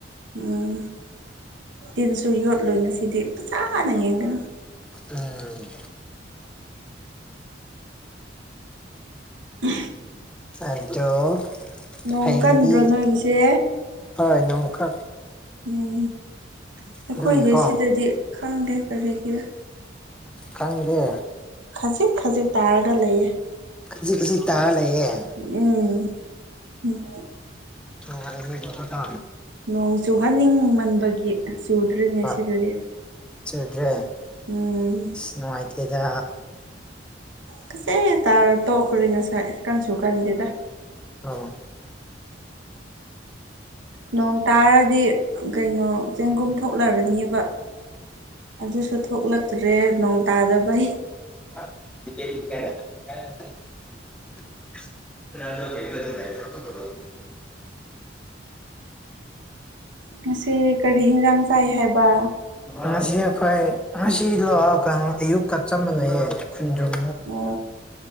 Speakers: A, on the right (about 85°); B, in the centre.
A: ꯎꯝ ꯇꯤꯟꯁꯨ ꯌꯣꯠꯂꯣꯏ ꯉꯁꯤꯗꯤ ꯐꯖꯅ ꯌꯦꯡꯒꯅꯨ
B: ꯎꯝ
A: ꯎ
B: ꯑꯗꯣ
A: ꯅꯣꯡ
B: ꯍꯌꯦꯡꯗꯤ
A: ꯀꯟꯕ꯭ꯔꯣ ꯅꯣꯏꯒꯤꯁꯦ
B: ꯍꯣꯏ ꯅꯣꯡꯀ
A: ꯎꯝ ꯑꯩꯈꯣꯏꯗꯤ
B: ꯑꯗꯨꯒꯤꯀꯣ
A: ꯁꯤꯗꯗꯤ ꯈꯪꯗꯦ ꯀꯔꯤꯒꯤ
B: ꯈꯪꯗꯦ
A: ꯈꯖꯤꯛ ꯈꯖꯤꯛ ꯇꯥꯔꯒ ꯂꯩꯌꯦ
B: ꯍꯧꯖꯤꯛ ꯍꯧꯖꯤꯛ ꯇꯥꯔ ꯂꯩꯌꯦꯦ
A: ꯎꯝ ꯎꯝ
B: ꯍꯉ ꯇ
A: ꯅꯣꯡ ꯆꯨꯍꯟꯅꯤꯡꯃꯟꯕꯒꯤ ꯆꯨꯗ꯭ꯔꯤꯅꯦ
B: ꯍꯣꯏ
A: ꯁꯤꯗꯗꯤ
B: ꯆꯨꯗ꯭ꯔꯦ
A: ꯎꯝ
B: ꯑꯁ ꯅꯨꯡꯉꯥꯏꯇꯦꯗ
A: ꯀꯆꯦ ꯇꯥꯔ ꯇꯣꯛꯈ꯭ꯔꯔꯤ ꯉꯁꯥꯏ ꯀꯟꯁꯨ ꯀꯟꯗꯦꯗ
B: ꯑꯥ
A: ꯅꯣꯡ ꯇꯥꯔꯗꯤ ꯀꯩꯅꯣ ꯆꯦꯡꯒꯨꯝ ꯊꯣꯛꯂꯔꯅꯦꯕ ꯑꯗꯨꯁꯨ ꯊꯣꯛꯂꯛꯇ꯭ꯔꯦ ꯅꯣꯡ ꯇꯥꯗꯕꯩ
B: <inaudible> ꯀꯩꯒ ꯑꯗꯨ ꯐ
A: ꯉꯁꯤ ꯀꯔꯤ ꯍꯤꯟꯖꯥꯡ ꯆꯥꯏ ꯍꯥꯏꯕ
B: ꯉꯁꯤ ꯑꯩꯈꯣꯏ ꯉꯁꯤ ꯂꯣꯛꯑꯒ ꯑꯌꯨꯛꯀ ꯆ ꯃꯥꯟꯅꯩꯌꯦ ꯈꯨꯟꯗ꯭ꯔꯨꯝ
A: ꯑ